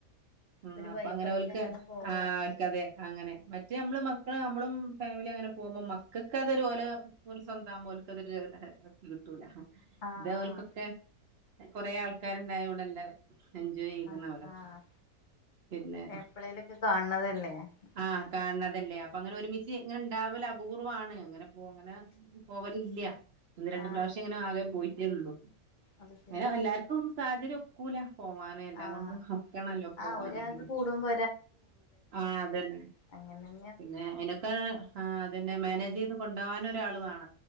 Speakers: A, on the right (about 50°); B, on the left (about 50°).
A: ഉം
B: ഒരു
A: അപ്പ
B: വൈബായിട്ട്
A: അങ്ങനോൽക്ക്
B: അങ്ങനെ പോവാ
A: ആഹ് ഓൽക്കതെ അങ്ങനെ മറ്റേ നമ്മള് മ മ്മാ നമ്മളും ഫാമിലി അങ്ങനെ പോകും മക്കൾക്ക് അതൊരു ഓലോ ഒരു സ്വന്തമാവുമ്പോ ഓലക്ക് അതൊരു ഇത് കിട്ടൂല
B: ആഹ്
A: ഇതേപോൽക്കൊക്കെ
B: ആഹ്
A: കൊറേ ആൾക്കാര്ണ്ടായോണ്ട് അല്ലേ എൻജോയ് ചെയ്ക്കണ്
B: ആഹ്
A: അവരൊക്കെ
B: ആഹ്
A: പിന്നെ
B: എപ്പളേലൊക്കെ കാണണതല്ലേ അപ്പൊ
A: ആഹ് കാൺണതല്ലേ അപ്പൊ അപ്പ അങ്ങനെ ഒരുമിച്ച് ഇങ്ങനെ ഇണ്ടാവല് അപൂർവാണ് അങ്ങനെ പോ ങ്ങനെ പോവലില്ല ഒന്ന് രണ്ട്
B: ആഹ്
A: പ്രാവശ്യേ ഇങ്ങനെ ആകെ പോയിട്ടേള്ളൂ
B: അത് ശരി
A: അങ്ങനെ എല്ലാര്ക്കും സാഹചര്യം ഒക്കൂല പോവാണേ എല്ലാം
B: ആഹ്
A: കൊണ്ടും നൊക്കണല്ലോ പോവാനെങ്കില്
B: ആഹ് ഒരാൾക്ക് കൂടുമ്പോ
A: ആഹ് അതന്നെ
B: അങ്ങനെ
A: പിന്നെ അയിനൊക്കെ ആ അതന്നെ മാനേജ് ചെയ്ത് കൊണ്ടോവാൻ ഒരാൾ വേണ